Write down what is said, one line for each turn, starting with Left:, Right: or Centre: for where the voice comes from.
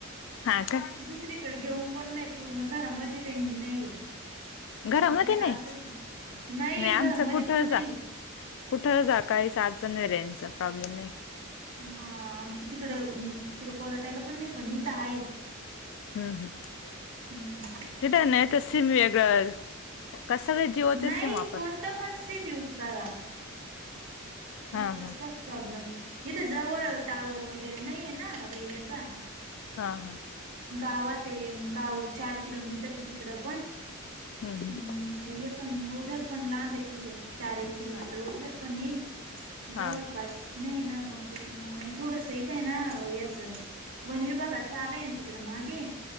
Left: हा का
Right: दुसरीकडे घेऊन पण नाही पूर्ण घरामध्ये रेंजी नाही.
Left: घरामध्ये
Right: आमची इथं
Left: नाही
Right: असचं ये, नाही
Left: आमचं
Right: घरामध्ये
Left: कुठं
Right: पण नाही.
Left: जा कुठं जा काही आडचण नाही रेजच प्रॉब्लेम नाही.
Right: हा आमचं तिकडं -तिकडं कोरटाला पण नाही पण इथं आहे.
Left: हम्म- हम्,
Right: हम्म
Left: तिथं नाही त सीम वेगळं का सगळेच जियो चे
Right: नाही
Left: सीम वापरतात?
Right: कोणतं पण सिम यूज करा, नेटवर्कचा
Left: हा हा
Right: च प्रॉब्लेम इथे जवळ टॉवर वगैरे नाहीये ना अरे याचा
Left: हा- हा.
Right: गावात ये, गाव चार किलोमीटर ये तिकडं पण
Left: हम्म- हम्.
Right: आणि इकडे हे पण ओझर पण लांब ये थोडं चार एक किलोमीटर
Left: हा
Right: ओझर पण येईल.
Left: हा
Right: जवळपास नाही ना मग त्याच्यामुळं मग थोडस इथं य ना याचं वन विभागाचं आलंय ना ति तिकडं मागे